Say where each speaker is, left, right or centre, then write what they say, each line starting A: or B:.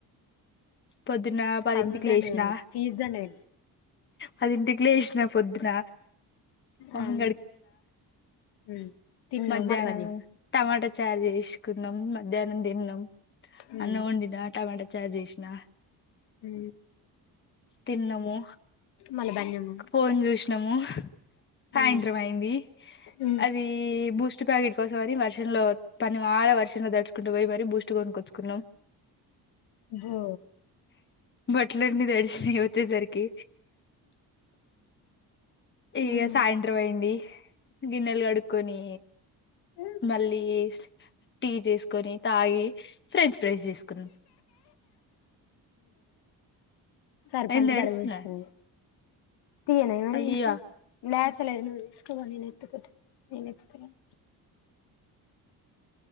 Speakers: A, on the left (about 30°); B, on the left (about 90°).
A: పొద్దున పదింటికి
B: చదువు దండగ
A: లేషినా
B: నీకు ఫీజు దండగ
A: పదింటికి లేషినా పొద్దున మొహం
B: ఆం ఉమ్ తిన్నావు
A: మధ్యానం
B: మళ్ళ బన్యం
A: టమాటా చారు చేషుకున్నాం మధ్యానం తిన్నం
B: ఉమ్
A: అన్నం వొండినా టమాటా చారు చేషినా
B: ఊ
A: తిన్నము
B: మళ్ళ బన్యము
A: ఫోన్ చూషినము సాయంత్రం
B: ఉమ్
A: అయ్యింది
B: ఉమ్
A: అది ఈ బూస్ట్ ప్యాకెట్ కోసం అని వర్షం లో పని వాళ్ళ వర్షం లో దడుచు కుంటూ పోయి మరీ బూస్ట్ కొనుకొచ్చుకున్నాం
B: బో
A: బట్లన్నీ తడిచినయి వచ్చేసరికి ఇగ
B: ఉమ్
A: సాయంత్రం అయ్యింది గిన్నెలు కడుక్కొని
B: ఉమ్
A: మళ్ళీ టీ చేసుకొని తాగి ఫ్రెంచ్ ఫ్రైస్ చేసుకున్నా
B: సర్పు
A: ఏంది
B: అంతా
A: ఏడుస్తున్నావ్
B: పడబోసింది తీయ్యనే మరి
A: అయ్యా
B: ఎంచా ల్యాసలేను నువ్ తీసుకోవా నేను ఎత్తుకుంట నేను ఎత్తుత గానీ